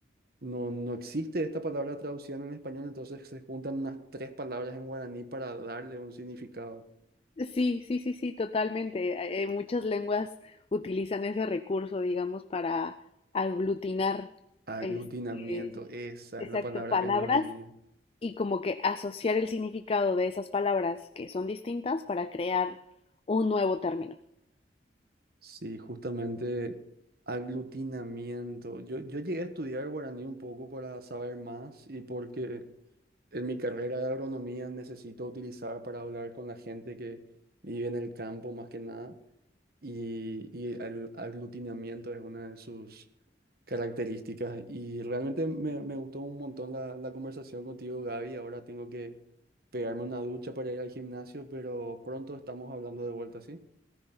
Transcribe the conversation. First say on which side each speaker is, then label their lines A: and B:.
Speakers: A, on the right (about 55°); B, on the left (about 35°).
A: no, no existe esta palabra traducida en español, entonces se juntan unas tres palabras en guaraní para darle un significado.
B: sí, sí, sí, sí, totalmente. Eh, eh, muchas lenguas utilizan ese recurso, digamos, para aglutinar,
A: Aglutinamiento,
B: este,
A: esa
B: exacto,
A: es la palabra
B: palabras
A: que no me venía.
B: y como que asociar el significado de esas palabras que son distintas para crear un nuevo término.
A: Sí, justamente aglutinamiento. Yo, yo llegué a estudiar guaraní un poco para saber más y porque en mi carrera de agronomía necesito utilizar para hablar con la gente que vive en el campo más que nada. y, y el aglutinamiento es una de sus características. Y realmente me, me gustó un montón la, la conversación contigo, Gaby. Ahora tengo que pegarme una ducha para ir al gimnasio, pero pronto estamos hablando de vuelta, ¿sí?